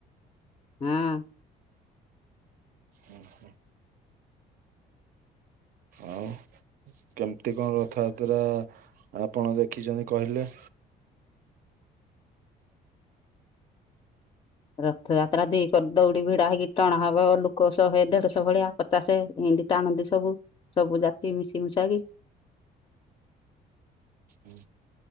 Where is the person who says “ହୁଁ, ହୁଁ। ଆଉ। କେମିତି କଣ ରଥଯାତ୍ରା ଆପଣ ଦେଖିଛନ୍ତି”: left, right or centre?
Right